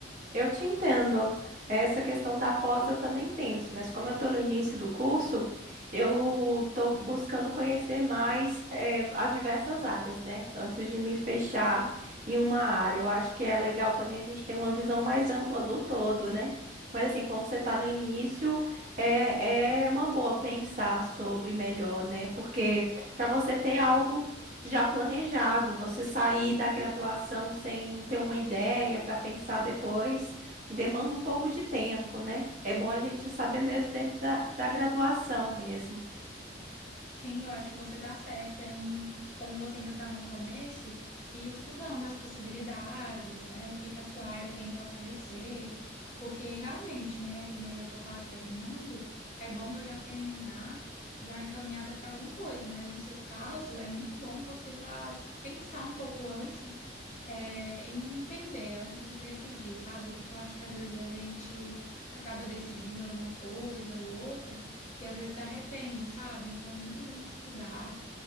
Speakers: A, on the right; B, on the left.
A: Eu te entendo. Essa questão da pós eu também penso, mas como eu estou no início do curso, eu estou buscando conhecer mais eh, as diversas áreas, né? Antes de me fechar em uma área. Eu acho que é legal também a gente ter uma visão mais ampla do todo, né? Mas assim, como você está no início, é, é uma boa pensar sobre melhor, né? Porque para você ter algo já planejado, você sair da graduação sem ter uma ideia para pensar depois, demanda um pouco de tempo, né? É bom a gente saber mesmo dentro da, da graduação mesmo.
B: Sim, eu acho que você está certa em como você ainda está no começo e estudando as possibilidades, né? O que que a sua área tem para oferecer, porque realmente, né? Como eu já estou quase terminando, é bom eu já terminar já encaminhada para alguma coisa, mas no seu caso é muito bom você já pensar um pouco antes, é, e entender antes de decidir, sabe? Porque eu acho que às vezes a gente acaba decidindo alguma coisa ou outra e às vezes se arrepende, sabe? Então é muito bom estudar